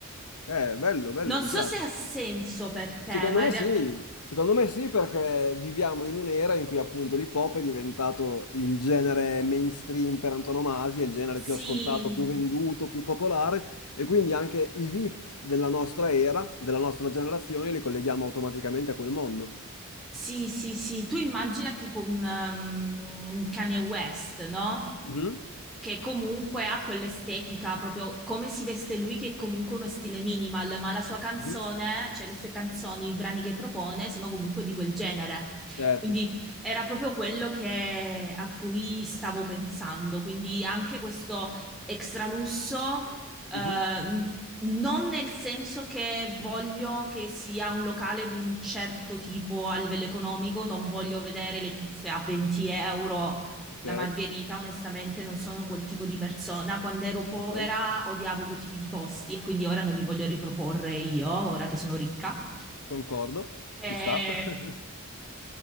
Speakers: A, on the left; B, in the centre.
A: Eh, bello, bello,
B: Non
A: mi piace.
B: so se ha senso per te,
A: Secondo
B: ma
A: me
B: in rea-
A: sì, secondo me sì perché viviamo in un'era in cui appunto l'hip hop è diventato il genere mainstream per antonomasia, il genere
B: sì,
A: più ascoltato, più venduto, più popolare e quindi anche i VIP della nostra era, della nostra generazione, li colleghiamo automaticamente a quel mondo.
B: sì, sì, sì, tu immagina tipo un um, Kanye West, no?
A: Mhm,
B: che comunque ha quell'estetica, proprio come si veste lui, che è comunque uno stile minimal, ma la sua canzone,
A: mhm,
B: cioè le sue canzoni, i brani che propone, sono comunque di quel genere.
A: Certo.
B: Quindi era proprio quello che, a cui stavo pensando. Quindi anche questo extra lusso. eh,
A: mhm.
B: non nel senso che voglio che sia un locale di un certo tipo a livello economico, non voglio vedere le pizze a 20 euro
A: Ok,
B: la margherita, onestamente, non sono quel tipo di persona. Quando ero povera
A: ok,
B: odiavo quei tipi di posti e quindi ora non li voglio riproporre io, ora che sono ricca.
A: concordo.
B: E,
A: Ci sta. <laughs>